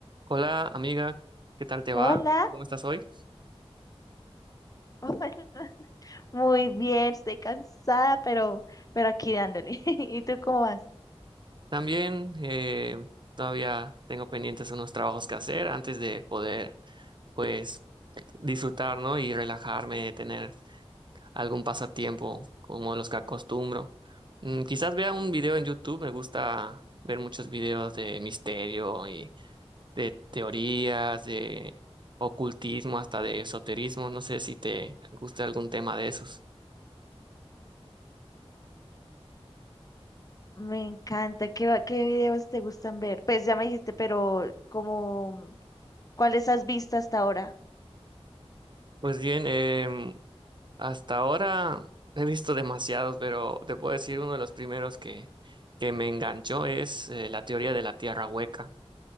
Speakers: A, on the right; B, on the left.
A: Hola amiga, ¿qué tal te va?
B: Hola,
A: ¿Cómo estás hoy?
B: <laughs> hola, muy bien, estoy cansada, pero, pero aquí dándole. <laughs> ¿Y tú cómo vas?
A: También eh, todavía tengo pendientes unos trabajos que hacer antes de poder pues disfrutar, ¿no? Y relajarme, tener algún pasatiempo como los que acostumbro. Mm, quizás vea un video en YouTube, me gusta ver muchos videos de misterio y de teorías, de ocultismo, hasta de esoterismo. No sé si te gusta algún tema de esos.
B: Me encanta. ¿Qué, va- qué videos te gustan ver? Pues ya me dijiste, pero como, ¿cuáles has visto hasta ahora?
A: Pues bien, em, Hasta ahora he visto demasiados, pero te puedo decir uno de los primeros que, que me enganchó es eh, la teoría de la tierra hueca.